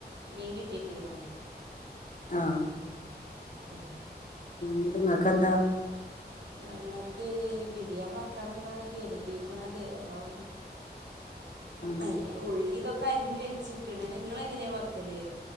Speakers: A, on the right; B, on the left.
A: മീൻ കിട്ടിരിക്കണോ
B: ആഹ
A: ആഹ
B: ഉന്തങ്ങക്കെന്താ
A: ഞങ്ങക്ക് ബിരിയാണി വെക്കണം എന്നാണ് കരുതിക്കണത് അപ്പം
B: ഉം
A: അെ ഉള്ളി ഇതൊക്കെ കരിഞ്ഞ വെച്ചിക്കണ് നിങ്ങള എങ്ങനെയാ വെക്കല്